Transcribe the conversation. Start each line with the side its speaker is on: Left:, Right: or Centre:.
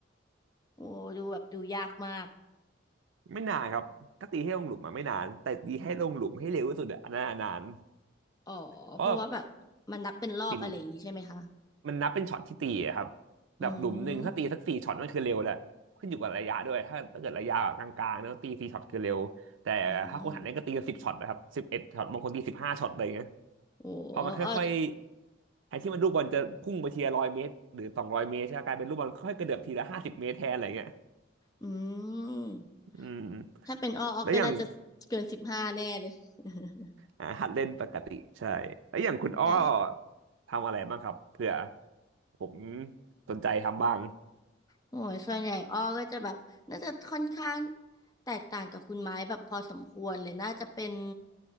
Left: โอ้ดูแบบดูยากมาก
Right: ไม่นานครับก็ตีให้ลงหลุมมาไม่นานแต่ตีให้ลงหลุมให้เร็วที่สุดอะอันนั้นอะนาน
Left: อ๋อเพราะว่าแบบมันนับเป็นรอบอะไรอย่างนี้ใช่ไหมคะ
Right: เพราะตินมันนับเป็นช็อตที่ตีอะครับแบบหลุมหนึ่งถ้าตีสักสี่ช็อตนั่นคือเร็วแหละขึ้นอยู่กับระยะด้วยถ้าถ้าเกิดระยะกลางๆเนี่ยตีสี่ช็อตคือเร็วแต่ถ้าคนหันเล่นก็ตีกันสิบช็อตนะครับสิบเอ็ดช็อตบางคนตีสิบห้าช็อตอะไรอย่างเงี้ย
Left: อืมอืมโอ้
Right: พอมันค่อยๆแทนที่มันลูกบอลจะพุ่งไปทีละร้อยเมตรหรือสองร้อยเมตรใช่ไหมกลายเป็นลูกบอลค่อยๆกระเดือบทีละห้าสิบเมตรแทนอะไรอย่างเงี้ย
Left: อ้ออืม
Right: อืม
Left: ถ้าเป็นอ้ออ้อก็น่าจะเกินสิบห้าแน่เลย
Right: แล้วอย่าง
Left: <laughs>
Right: อ่าหัดเล่นปกติใช่แล้วอย่างคุณอ้อ
Left: แต่
Right: ทำอะไรบ้างครับเผื่อผมสนใจทำบ้าง
Left: โอ้ยส่วนใหญ่อ้อก็จะแบบน่าจะค่อนข้างแตกต่างกับคุณไม้แบบพอสมควรเลยน่าจะเป็น